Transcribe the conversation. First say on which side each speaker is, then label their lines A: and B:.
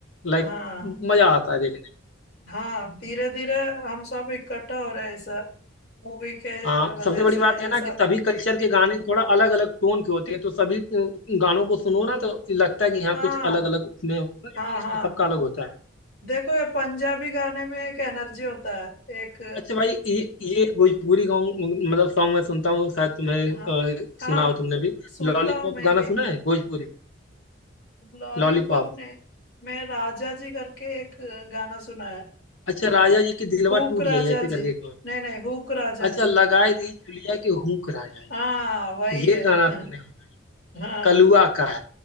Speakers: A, on the left; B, on the left.
A: लाइक
B: हाँ
A: मजा आता है देखने में।
B: हाँ धीरे धीरे हम सब इकट्ठा हो रहे हैं ऐसा मूवी के
A: हाँ
B: वजह
A: सबसे बड़ी
B: से
A: बात है
B: ये
A: ना
B: सब
A: कि सभी कल्चर के गाने थोड़ा अलग अलग टोन के होते हैं तो सभी गानों को सुनो ना तो लगता है कि हाँ
B: हाँ
A: कुछ अलग अलग उसमें
B: हाँ
A: टेस्ट
B: हाँ
A: सबका अलग होता है
B: देखो ये पंजाबी गाने में एक एनर्जी होता है एक
A: अच्छा भाई ये ये भोजपुरी गाँव मतलब सॉन्ग मैं सुनता हूँ शायद तुम्हें
B: हाँ
A: अ,
B: हाँ
A: सुना हो तुमने भी
B: सुनता
A: लॉलीपॉप
B: हूँ मैं
A: गाना
B: भी
A: सुना है भोजपुरी
B: लॉलीपॉप
A: लॉलीपॉप
B: ने मैं राजा जी करके एक गाना सुना है
A: अच्छा राजा जी की दिलवा
B: हुक
A: टूट
B: राजा
A: जाए ऐसे करके
B: जी
A: कौन
B: नहीं नहीं हुक राजा
A: अच्छा
B: जी
A: लगाए दी चुलिया की हुक राजा जी
B: हाँ वही
A: ये
B: है
A: गाना
B: <laughs>
A: सुने हो भाई
B: हाँ
A: कलुआ का है